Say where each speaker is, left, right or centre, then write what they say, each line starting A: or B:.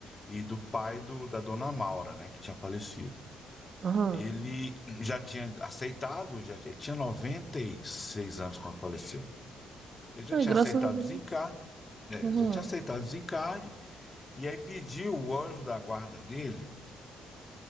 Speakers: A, on the left; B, on the right.
A: e do pai do, da dona Maura, né? Que tinha falecido.
B: Aham.
A: Ele já tinha aceitado, já, ele tinha 96 anos quando faleceu. Ele já
B: Aí,
A: tinha
B: graças
A: aceitado
B: a Deus.
A: zicar, É,
B: Aham.
A: ele já tinha aceitado o desencarne e aí pediu o anjo da guarda dele